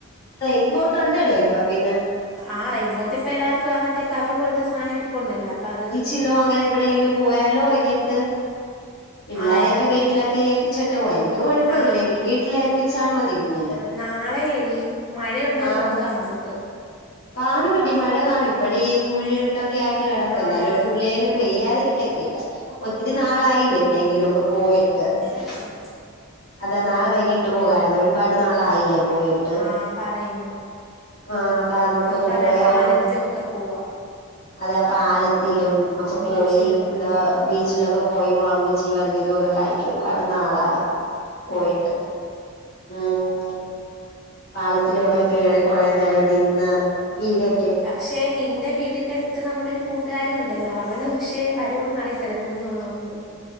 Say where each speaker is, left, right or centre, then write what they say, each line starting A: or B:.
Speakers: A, on the left; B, in the centre.
A: റെയിൻകോട്ട് ഉണ്ടല്ലോ ഇപ്പൊ പിന്നെ
B: ആ റെയ്ൻകോട്ട് ഇപ്പ എല്ലാർക്കും ആ മറ്റേ കവറ് പോലത്തെ സാധനം ഇരിപ്പോണ്ടല്ലോ അപ്പൊ അത്
A: കിലോ അങ്ങനെ എവിടേലും പോയാലോ വൈകിട്ട് പിള്ളാരെയൊക്കെ
B: ആഹ് എങ്കി
A: വീട്ടിലൊക്കെ
B: പിന്നെ
A: ഏപ്പിച്ചിട്ട് പോകാം എനിക്ക് കുഴപ്പമില്ല
B: നാ
A: എനിക്ക് വീട്ടിൽ ഏൽപ്പിച്ചാൽ മതി കുഞ്ഞിനെ
B: നാളെ ഏടി മഴയുണ്ടോന്ന്
A: ആ
B: നോക്കാം നമുക്ക്
A: കാണുവെടി മഴ കാണും ഇപ്പഴെ ഈ കുഴിയി ട്ടൊക്കെ ആയിട്ട് കിടക്കുവല്ലേ
B: ആഹ്
A: അല്ലേൽ ഒരു തുള്ളിയേലും പെയ്യാതിരിക്കത്തില്ല ഒത്തിരി
B: അതാ
A: നാളായില്ലേ എവിടെയെങ്കിലും ഒക്കെ പോയിട്ട്
B: എ
A: അതാ നാളെ വൈകിട്ട് പോകാരുന്നു ഒരുപാട് നാളായില്ലേ പോയട്ട്
B: ആഹ് പറയുന്നു
A: ആ അതാ നമുക്കൊന്ന്
B: നമുക്ക് അവിടെ
A: പോയാലോ
B: പാലത്തിലും ഒക്കെ പോവാം
A: അതാ പാലത്തിലും ഒക്കെ
B: ബീച്ചിലും
A: പോയി
B: ഒക്കെ
A: എന്താ
B: പോവാം
A: ബീച്ചിലൊക്കെ
B: ഉം
A: പോയി മുളക് ബജിയും അതുവിതുവൊക്കെ കഴിക്കാം ഒരുപാട് നാളായി പോയിട്ട്
B: ഉം
A: ഉം പാലത്തിലും ഒക്കെ കേറി കുറെ നേരം നിന്ന് വീഡി
B: പക്ഷെ നിന്റെ വീടിന്റെ അടുത്ത് ത് നമ്മുടെ ഒരു കൂട്ടുകാരി ഉണ്ടല്ലോ അവള് പക്ഷെ വരുവോന്ന് അറിയത്തില്ല കുഞ്ഞുള്ള ണ്ട്